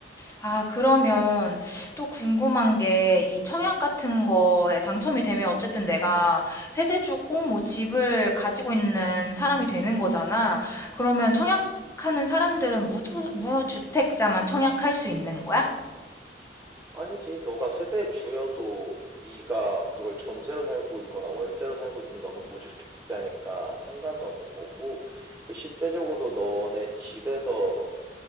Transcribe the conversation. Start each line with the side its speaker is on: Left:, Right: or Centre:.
Left: 아, 그러면 또 궁금한 게 이 청약 같은 거에 당첨이 되면 어쨌든 내가 세대 주고 뭐 집을 가지고 있는 사람이 되는 거잖아. 그러면 청약하는 사람들은 무주, 무주택자만 청약할 수 있는 거야?
Right: 아니지, 너가 세대 주여도 네가 그걸 전세로 살고 있거나 월세로 살고 있으면 너는 무주택자니까 상관은 없는 거고, 그 실제적으로 너네 집에서